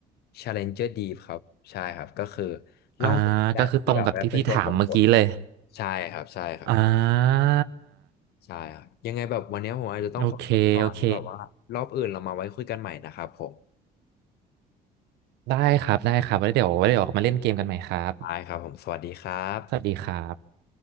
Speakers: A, on the left (about 70°); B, on the right (about 80°).
A: Challenger Deep ครับใช่ครับก็คือล่องแสงแดดที่แบบว่าเป็นตัวส่งผล
B: อ่าก็คือตรงกับที่พี่ถามเมื่อกี้เลย
A: ใช่ครับใช่ครับ
B: อ่า
A: ใช่ครับยังไงแบบวันนี้ผมอาจจะต้องขอตัวไปก่อนแล้วแบบว่ารอบอื่นเรามาไว้คุยกันใหม่นะครับผม
B: โอเคโอเคได้ครับได้ครับไว้เดี๋ยวไว้เดี๋ยวมาเล่นเกมกันใหม่ครับ
A: ได้ครับผมสวัสดีครับ
B: สวัสดีครับ